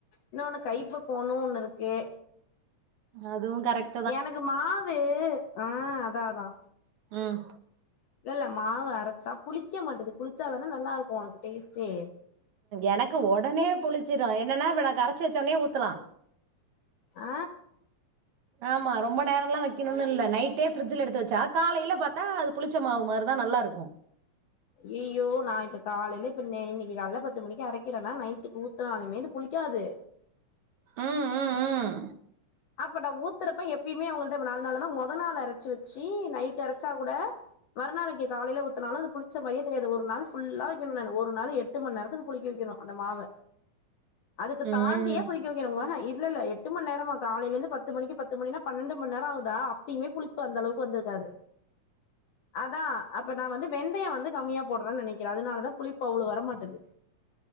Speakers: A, on the left (about 70°); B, on the right (about 70°).
A: இன்னொன்னு கைப்பக்குவோன்னு ஒன்னு இருக்கு
B: அதுவு கரெக்ட்
A: எனக்கு மாவு ஆ அதா அதா
B: ம்
A: இல்லல்ல மாவு அரச்சா புளிக்க மாட்டது புளிச்சாதான நல்லாருக்கு உனக்கு டேஸ்ட்டே
B: எனக்கு ஒடனே புளிச்சிரு என்னென்னா இப்ப நா கரைச்சி வச்சோன்னே ஊத்தலா
A: ஆ
B: ஆமா ரொம்ப நேரெல்லா வக்கணுன்னு இல்ல நைட்டே ஃபிரிட்ஜ்ல எடுத்து வச்சா காலைல பாத்தா அது புளிச்ச மாவு மாரிதா நல்லா இருக்கு
A: யய்யோ நா இப்ப காலேல இப்ப நே இன்னைக்கு காலைல பத்து மணிக்கு அரக்கிறன்னா நைட்டுக்கு ஊத்துனாலுமே இது புளிக்காது
B: ம் ம் ம்
A: அப்ப நா ஊத்துறப்ப எப்பயுமே அவங்கள்ட அதனாலதா மொத நாள் அரச்சி வச்சு நைட் அரச்சா கூட மறுநாளைக்கு காலைல ஊத்துனாலு அது புளிச்ச மாயே தெரியாது ஒரு நாள் ஃபுல்லா வைக்கணு நானு ஒரு நாளு எட்டு மண்நேரத்துக்கு புளிக்கவைக்கனு அந்த மாவ அதுக்கு
B: ம்
A: தாண்டியே புளிக்க வைக்கணு அஹ இல்லல்ல எட்டு மண்நேரமா காலைலேந்து பத்து மணிக்கு பத்து மணினா பன்னெண்டு மண்நேர ஆவுதா அப்பயுமே புளிப்பு அந்தளவுக்கு வந்திருக்காது அதா அப்ப நா வந்து வெந்தய வந்து கம்மியா போடுறன்னு நினைக்கிற அதனாலதா புளிப்பு அவ்ளோ வர மாட்டது